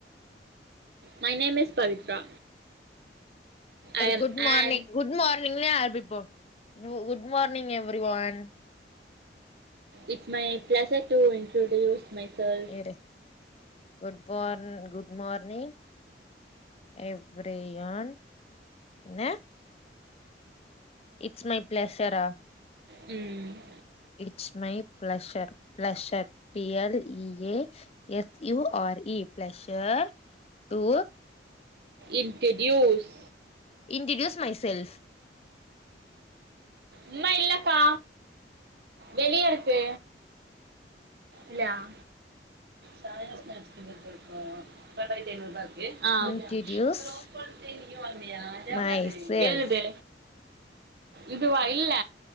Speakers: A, on the right; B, on the left.
A: my name is Pavithra I am
B: good morning
A: and
B: good மார்னிங்லே ஆரம்பிப்போ good morning everyone
A: it's my pleasure to introduce myself
B: good good morn good morning everyone என்ன இட்ஸ் மை ப்ளசரா
A: ம்
B: it's my pleasure pleasure P L E A S U R E pleasure to
A: introduce
B: introduce myself
A: அம்மா இல்லப்பா வெளியருக்கு இல்லயா <unintelligible> ஹ <unintelligible>
B: introduce my self
A: எழுது இதுவா இல்ல